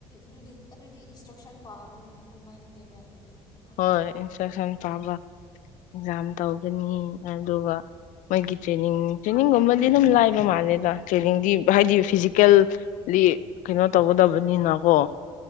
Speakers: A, on the left; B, on the left.
A: ꯑꯗꯨꯗꯤ ꯑꯗꯨꯗꯤ ꯏꯟꯁꯇ꯭ꯔꯛꯁꯟ ꯄꯥꯕ ꯀꯃꯥꯏꯅꯅꯦꯗ ꯑꯗꯨ ꯀꯔꯝ
B: ꯍꯣꯏ
A: ꯀꯥꯏꯗ ꯑꯗꯨꯗꯤ
B: ꯏꯟꯁꯇ꯭ꯔꯛꯁꯟ ꯄꯥꯕ ꯑꯦꯛꯖꯥꯝ ꯇꯧꯒꯅꯤ ꯑꯗꯨꯒ ꯃꯣꯏꯒꯤ ꯇ꯭ꯔꯦꯅꯤꯡ ꯇ꯭ꯔꯦꯅꯤꯡꯒꯨꯝꯕꯗꯤ ꯑꯗꯨꯝ ꯂꯥꯏꯕ ꯃꯥꯜꯂꯦꯗ ꯇ꯭ꯔꯦꯅꯤꯡꯗꯤ ꯍꯥꯏꯗꯤ ꯐꯤꯖꯤꯀꯦꯜ ꯂꯤ ꯀꯩꯅꯣ ꯇꯧꯒꯗꯕꯅꯤꯅꯀꯣ